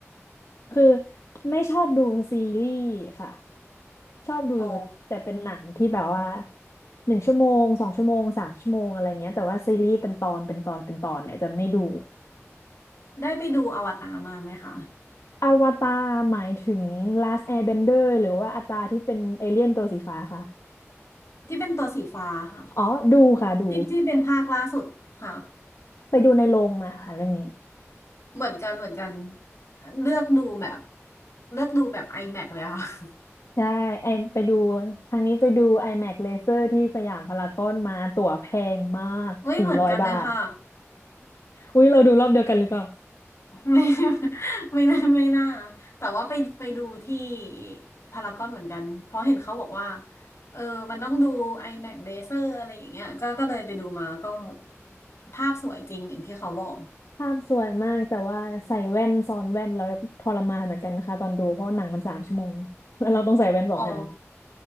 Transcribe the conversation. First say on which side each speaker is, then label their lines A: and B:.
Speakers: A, on the left; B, on the left.
A: คือไม่ชอบดูซีรีส์ค่ะ ชอบดู
B: อ๋อ
A: แต่เป็นหนังที่แบบว่าหนึ่งชั่วโมงสองชั่วโมงสามชั่วโมงอะไรเงี้ยแต่ว่าซีรีส์เป็นตอนเป็นตอนเป็นตอนเนี่ยจะไม่ดู
B: ได้ไปดูอวตารมาไหมคะ
A: อวตารหมายถึง Last Airbender หรือว่าอวตารที่เป็นเอเลี่ยนตัวสีฟ้าค่ะ
B: ที่เป็นตัวสีฟ้าค่ะ
A: อ๋อ ดูค่ะดู
B: ที่ที่เป็นภาคล่าสุดค่ะ
A: ไปดูในโรงมาค่ะเรื่องนี้
B: เหมือนกันเหมือนกันเลือกดูแบบเลือกดูแบบ IMAX เลยค่ะ <laughs>
A: ใช่ไอไปดูครั้งนี้ไปดู IMAX Laser ที่สยามพารากอนมาตั๋วแพงมากสี่ร้อยบาท
B: เฮ้ยเหมือนกันเลยค่ะ
A: อุ๊ยเราดูรอบเดียวกันหรือเปล่า
B: ไม่ <laughs> ไม่น่าไม่น่าแต่ว่าไปไปดูที่พารากอนเหมือนกันเพราะเห็นเขาบอกว่าเออมันต้องดู i m a c เลเซอร์อะไรอย่างเงี้ยก็ก็เลยไปดูมาก็ภาพสวยจริงอย่างที่เขาบอก
A: ภาพสวยมากแต่ว่าใส่แว่นซ้อนแว่นแล้วทรมานเหมือนกันนะคะตอนดูเพราะว่าหนังมันสามชั่วโมงแล้วเราต้องใส่แว่นสองอัน
B: อ๋อ